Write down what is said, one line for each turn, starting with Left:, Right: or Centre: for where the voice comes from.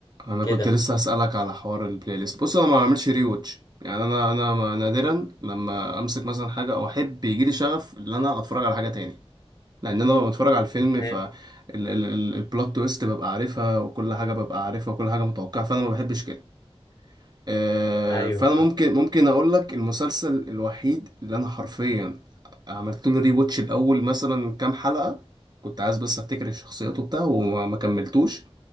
Right: انا
Left: كده
Right: كنت لسه هسألك على حوار البلاي ليست بص انا ما بعملش ري واتش يعني انا انا ما- نادرا لما امسك مثلا حاجة او احب يجيلي شغف ان انا اتفرج على حاجة تاني لان انا ببقى بتفرج على الفيلم
Left: ايه
Right: ف البلوت تويست ببقى عارفها وكل حاجه ببقى عارفها وكل حاجه متوقعه فانا ما بحبش كده آه،
Left: ايوه
Right: فانا ممكن ممكن اقول لك المسلسل الوحيد اللي انا حرفيا عملت له ري واتش الاول مثلا كام حلقه كنت عايز بس افتكر الشخصيات وبتاع وما ما كملتوش